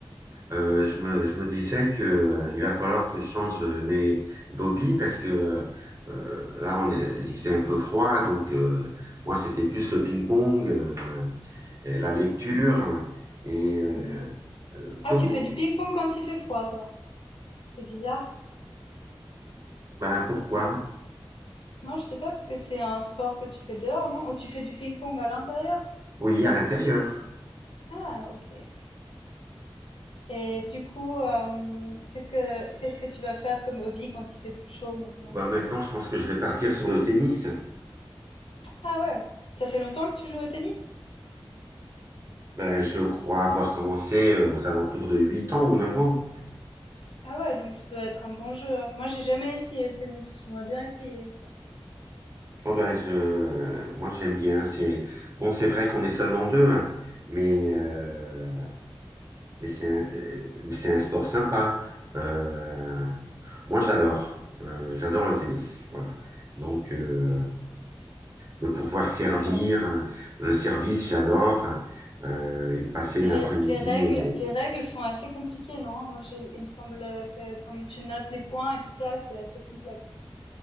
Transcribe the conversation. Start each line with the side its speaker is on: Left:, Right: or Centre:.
Right: euh, je me, je me disais que euh, il va falloir que je change euh, mes d'hobby parce que euh, euh, là, on est, il fait un peu froid, donc euh, moi, c'était plus le ping-pong, euh, et la lecture et euh,
Left: mhm.
Right: euh,
Left: Ah,
Right: comment?
Left: tu fais du ping-pong quand il fait froid, toi. C'est bizarre.
Right: Ben, pourquoi?
Left: Non, je sais pas parce que c'est un sport que tu fais dehors, non? Ou tu fais du ping-pong à l'intérieur?
Right: Oui, à l'intérieur.
Left: Ah, ok. Et du coup, euh, qu'est-ce que qu'est-ce que tu vas faire comme hobby quand il fait plus chaud maintenant?
Right: Ben, maintenant, je pense que je vais partir sur le tennis.
Left: Ah ouais. Ça fait longtemps que tu joues au tennis?
Right: Ben, je crois avoir commencé euh, aux alentours de 8 ans ou neuf ans.
Left: Ah ouais, donc tu dois être un bon joueur. Moi, j'ai jamais essayé le tennis. J'aimerais bien essayer une fois.
Right: Oh, ben, je, euh, moi, j'aime bien. C'est, bon, c'est vrai qu'on est seulement deux, hein, mais, euh, mais c'est un, euh, mais c'est un sport sympa. Euh, moi, j'adore. Euh, j'adore le tennis. Voilà. Donc, euh, de pouvoir servir,
Left: D'accord.
Right: hein, le service, j'adore. hein, euh, et passer
Left: Mais
Right: une
Left: les,
Right: après-midi.
Left: les règles,
Right: euh,
Left: les règles sont assez compliquées, non? Moi, j'ai- il me semble que comme tu notes les points et tout ça, c'est assez complexe non